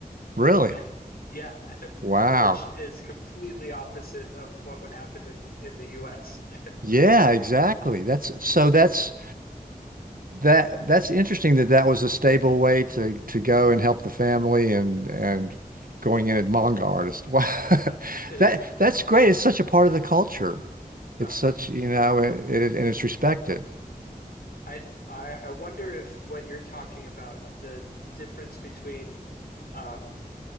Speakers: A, on the right (about 65°); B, on the left (about 75°).
A: Really?
B: <laughs> yeah, <laughs>
A: Wow.
B: which is completely opposite of what would happen in in the US. <laughs>
A: Yeah, exactly. That's so that's that that's interesting that that was a stable way to to go and help the family and and going in as manga artist. <laughs> Wow.
B: Uh-huh.
A: That
B: <laughs>
A: that's great. It's such a part of the culture.
B: Uh-huh.
A: It's such, you know, it it, and it's respected.
B: I I I wonder if what you're talking about, the difference between um